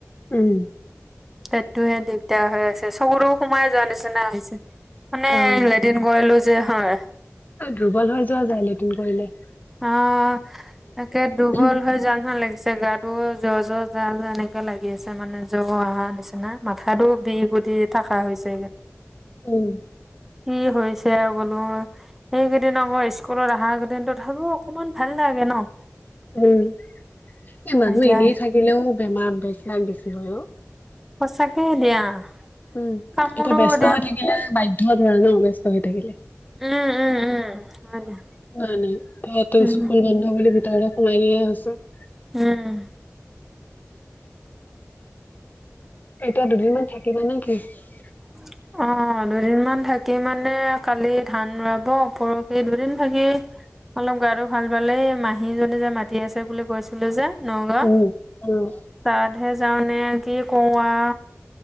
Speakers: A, on the left; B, in the centre.
A: উম! <inaudible>
B: পেটটোহে দিগদাৰ হৈ আছে। চকু-টকু সোমাই যোৱা নিচিনা হৈছে। মানে লে
A: অ',
B: <inaudible> লেটিন কৰিলো যে হয়। <inaudible>
A: দুৰ্বল হৈ যোৱা যায় লেটিন কৰিলে। <inaudible>
B: অঁ! তাকে দুৰ্বল
A: উম,
B: হৈ যোৱা নিছিনা লাগিছে গাত। <inaudible> মোৰো জ্বৰ-জ্বৰ জ্বাৰ এনেকে লাগি আছে মানে জ্বৰ অহাৰ নিচিনা। মাথাতো বিষ উঠি <inaudible> থাকা হৈছে সেই <unintelligible>
A: উম! <inaudible>
B: কি হৈছে আৰু বোলো <inaudible> সেইকেইদিন আকৌ স্কুলত অহা কেইদিনো তথাপিও অকনমান ভাল লাগে ন। <inaudible>
A: উম! এ মানুহ
B: এতিয়া
A: এনেই থাকিলেও বেমাৰ বেচলাক বেছি হয় অ। <inaudible>
B: সঁচাকৈ দিয়া। <inaudible>
A: উম!
B: কামোৰো
A: এতিয়া ব্যস্ত
B: দিয়া
A: হৈ থাকিলে বাধ্যত‌ হয় ন ব্যস্ত হৈ থাকিলে।
B: উম উম উম
A: <inaudible>
B: হয় দিয়া
A: নাই-নাই। ল'ৰাটো
B: উম
A: স্কুল বন্ধ হৈ গ'লে <inaudible> মেলেৰিয়া হৈছে। <unintelligible>
B: উম! <unintelligible>
A: এতিয়া দুদিনমান থাকিবা নে কি? <unintelligible>
B: <unintelligible> অঁ দুদিনমান থাকি মানে কালি ধান ৰোৱাব পৰহি দুদিন থাকি- অলপ গাটো ভাল পিলেই মাহী এজনী যে মাতি আছে বুলি কৈছি- লো যে নগাঁও
A: উম, উম,
B: তাতহে যাওঁ নে কি কওঁ আ।